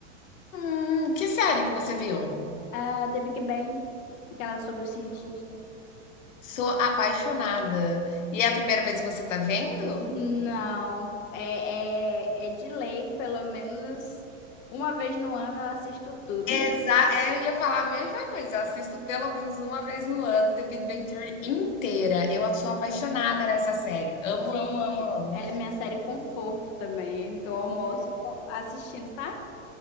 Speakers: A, on the left; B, on the left.
A: Hum, que série que você viu?
B: Ah, The Big Bang, aquela sobre os cientistas.
A: Sou apaixonada. E é a primeira vez que você tá vendo?
B: Não, é, é, é de lei, pelo menos uma vez no ano eu assisto tudo.
A: Exa é, eu ia falar a mesma coisa. Eu assisto pelo menos uma vez no ano, The Big Bang Theory inteira. Eu sou apaixonada nessa série. Amo,
B: <laughs> Sim,
A: amo, amo, amo.
B: é minha série conforto também. Eu almoço assistindo, sabe?